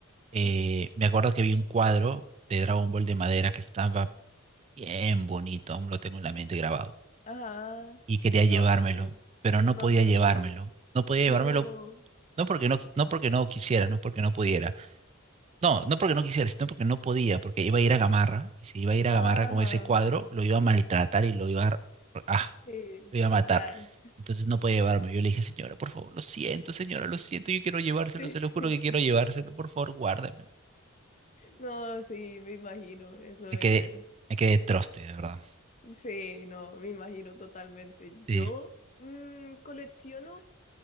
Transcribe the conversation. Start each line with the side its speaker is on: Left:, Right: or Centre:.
Right: Eh,
Left: Ok.
Right: me acuerdo que vi un cuadro de Dragon Ball de madera que estaba bien bonito, aún lo tengo en la mente grabado.
Left: ajá,
Right: Y quería
Left: no,
Right: llevármelo,
Left: pues sí,
Right: pero no
Left: bastante,
Right: podía llevármelo. No podía
Left: no,
Right: llevármelo No porque no, qui- no porque no quisiera, no porque no pudiera. No, no porque no quisiera, sino porque no podía, porque iba a ir a Gamarra, y si iba a ir
Left: ajá,
Right: a Gamarra con ese cuadro, lo iba a maltratar y lo iba a, ah,
Left: sí,
Right: lo iba a matar.
Left: claro,
Right: Entonces no podía llevarme. Yo le dije, señora, por favor, lo siento, señora, lo siento, yo quiero llevárselo,
Left: sí,
Right: se lo juro
Left: <laughs>
Right: que quiero llevárselo, por favor, guárdamelo.
Left: no, sí, me imagino, eso debe
Right: Me quedé,
Left: ser,
Right: me quedé troste, de verdad.
Left: sí, no, me imagino totalmente, yo
Right: Sí.
Left: mm, colecciono